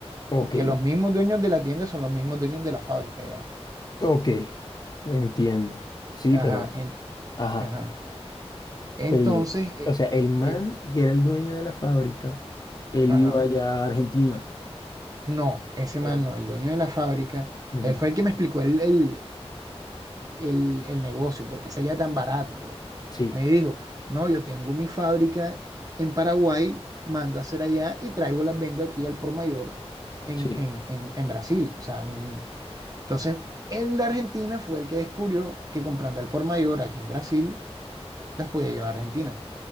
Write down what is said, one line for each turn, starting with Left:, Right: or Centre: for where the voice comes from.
Left: Ok,
Right: Que los mismos dueños de la tienda son los mismos dueños de la fábrica, ya.
Left: ok, entiendo. Sí,
Right: Ajá,
Left: pero,
Right: en-
Left: ajá.
Right: ajá. Entonces,
Left: Pero, y-
Right: eh,
Left: o sea, el man
Right: que,
Left: que era el dueño de la fábrica, él
Right: ajá.
Left: iba allá a Argentina.
Right: No, ese
Left: Fuera.
Right: man no, el dueño de la fábrica,
Left: Ujú,
Right: él fue el que me explicó el, el, el, el negocio, porque salía tan barato, pues.
Left: Sí,
Right: Me dijo, no, yo tengo mi fábrica en Paraguay, mando a hacer allá y traigo las vendo aquí al por mayor en,
Left: sí.
Right: en, en, en Brasil. O sea, mm, entonces, él de Argentina fue el que descubrió que comprando al por mayor aquí en Brasil, las podía llevar a Argentina,